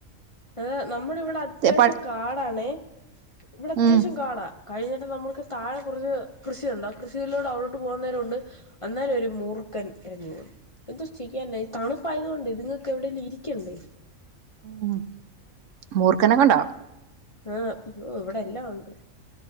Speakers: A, on the left; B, on the right.
A: ഏ നമ്മള ഇവിടെ അത്യാവശ്യം
B: പ
A: കാടാണേ ഇവിടെ അത്യാവശ്യം
B: ഉം
A: കാടാ. കഴിഞ്ഞിട്ട് നമ്മുക്ക് താഴെ കുറച്ച് കൃഷിയുണ്ട് ആ കൃഷിയിലൂടെ അവിടോട്ട് പോകുന്നേരണ്ട്. അന്നേരം ഒരു മൂർക്കൻ എഴഞ്ഞ് പോണു. എന്തോ ചെയ്യാന ഈ തണുപ്പായത് കൊണ്ട് ഇത്ങ്ങൾക്ക് എവിടെലും ഇരിക്കണ്ടേ.
B: ഉംഹ്. മൂർഖനെക്കണ്ടോ?
A: ആഹ് ഒ ഇവിടെ എല്ലാം ഉണ്ട്.